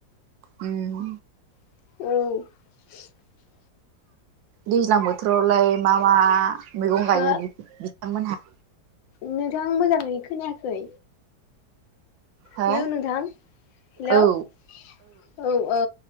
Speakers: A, on the right (about 80°); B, on the left (about 80°).
A: उम
B: औ
A: दैज्लां बोथोरावलाय मा मा मैगं
B: हो
A: गायो नोंथां मोनहा
B: नोंथां मोजाङै खोनायाखै
A: हो
B: हेलौ नोंथां हेलौ
A: औ
B: औ औ